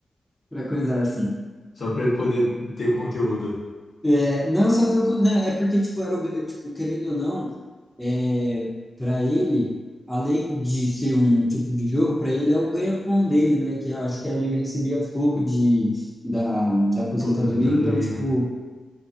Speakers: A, in the centre; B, on the left.
A: coisa assim.
B: Só pra ele poder ter o conteúdo.
A: É, não só teu, não, é porque tipo era o- tipo querendo ou não, é, para ele, além de ser um tipo de jogo, para ele é o ganha-pão dele, né? Que eu acho que ele recebia pouco de da, da aposentadoria,
B: Pô, Aposentadoria.
A: então tipo,